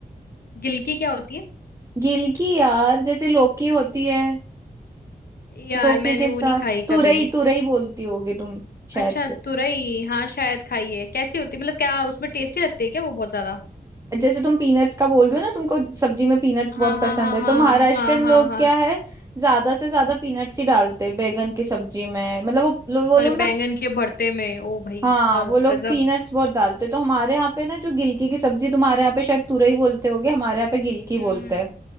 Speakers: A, on the left (about 75°); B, on the right (about 20°).
A: गिलकी क्या होती है
B: गिलकी यार जैसे लौकी होती है
A: यार
B: लौकी
A: मैंने
B: के
A: वो
B: साथ
A: नहीं खाई
B: तुरई
A: कभी
B: तुरई बोलती होगी तुम शायद
A: अच्छा
B: से
A: तुरई हाँ शायद खाई है कैसी होती है मतलब क्या उसमें टेस्टी लगती है क्या वो बहुत ज्यादा
B: जैसे तुम पीनट्स का बोल रहे हो ना तुमको सब्जी में पीनट्स
A: हाँ
B: बहुत
A: हाँ
B: पसंद
A: हाँ
B: है
A: हाँ
B: तो महाराष्ट्रियन
A: हाँ हाँ
B: लोग
A: हाँ
B: क्या है ज्यादा से ज्यादा पीनट्स ही डालते हैं बैंगन की सब्जी में मतलब वो लो- वो
A: और
B: लोग
A: बैंगन
B: ना
A: के भरते में ओ भाई
B: हाँ
A: ग-
B: वो लोग
A: गजब
B: पीनट्स बहुत डालते हैं। तो हमारे यहाँ पे ना जो गिलकी की सब्जी तुम्हारे यहाँ पे शायद तुरई बोलते होगे हमारे यहाँ पे गिलकी बोलते
A: हम्म हम्म
B: हैं